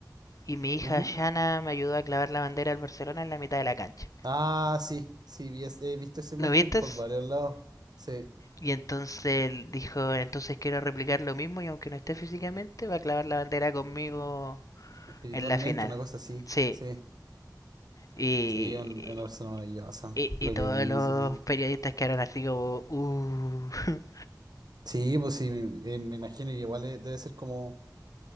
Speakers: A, on the left; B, on the right.
A: y mi hija
B: Ujú.
A: Shana me ayudó a clavar la bandera del Barcelona en la mitad de la cancha.
B: Ah, sí, sí, vi es- he visto esa imagen
A: ¿Lo viste?
B: por
A: Sí.
B: varios lados. Sí,
A: Y entonces él dijo, entonces quiero replicar lo mismo y aunque no esté físicamente, va a clavar la bandera conmigo
B: espiritualmente,
A: en la final.
B: una cosa así.
A: Sí,
B: Sí,
A: Y,
B: sí, un- una persona maravillosa,
A: y, y
B: lo
A: todos
B: que dicen.
A: los periodistas quedaron así como, uh. <laughs>
B: Sí, pues sí, me, eh, me imagino, y igual eh, debe ser como